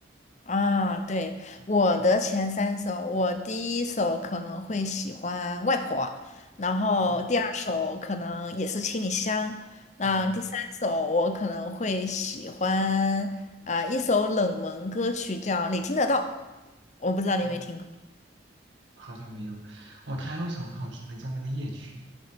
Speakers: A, on the left; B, on the right.
A: 啊，对，
B: 嗯
A: 我的前三首，我第一首可能会喜欢《外婆》，然后第二首可能也是《七里香》，
B: 哦，
A: 那第三首我可能会喜欢啊、
B: 嗯，
A: 一首冷门歌曲叫《你听得到》，我不知道你有没有听过。
B: 哦，好像没有。哦，他还有一首很好听的叫那个夜曲。